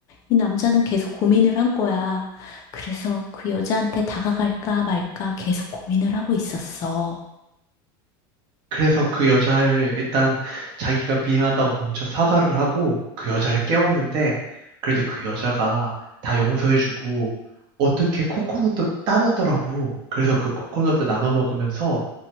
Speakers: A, on the left (about 30°); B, on the right (about 40°).
A: 이 남자는 계속 고민을 한 거야. 그래서 그 여자한테 다가갈까 말까 계속 고민을 하고 있었어.
B: 그래서 그 여자를 일단 자기가 미안하다고 먼저 사과를 하고 그 여자를 깨웠는데, 그래도 그 여자가 다 용서해주고 어떻게 코코넛도 따놨더라고. 그래서 그 코코넛을 나눠 먹으면서